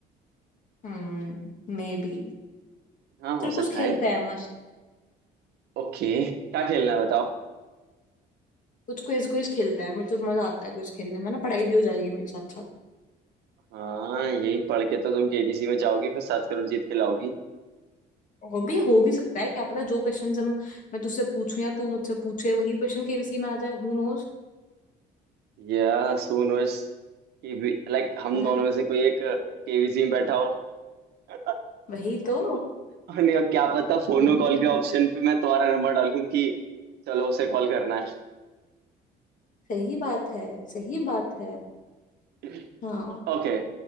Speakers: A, on the left; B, on the right.
A: हम्म May be
B: हाँ हो
A: चल कुछ
B: सकता
A: खेलते
B: है
A: हैं मस्त
B: ओके क्या खेलना है बताओ
A: कुछ क्विज क्विज खेलते हैं मुझे तो मजा आता है कुछ खेलने में ना पढ़ाई भी हो जाएगी मेरे साथ साथ
B: हाँ यही पढ़ के तो तुम केबीसी में जाओगी फिर सात करोड़ जीत के लाओगी
A: और भी हो भी सकता है क्या पता जो क्वेश्चन हम मैं तुझसे पूछूं या तू मुझसे पूछे वही क्वेश्चन केबीसी में आ जाए हु नोज
B: या सो नोस कि लाइक हम
A: है
B: दोनों
A: ना
B: में से कोई एक केबीसी में बैठा हो <laughs>
A: वही तो
B: और नहीं क्या पता फोनो
A: वही
B: कॉल
A: तो
B: के ऑप्शन पे मैं तुम्हारा नंबर डालूं कि चलो उसे कॉल करना है
A: सही बात है सही बात है
B: <laughs>
A: हाँ
B: ओके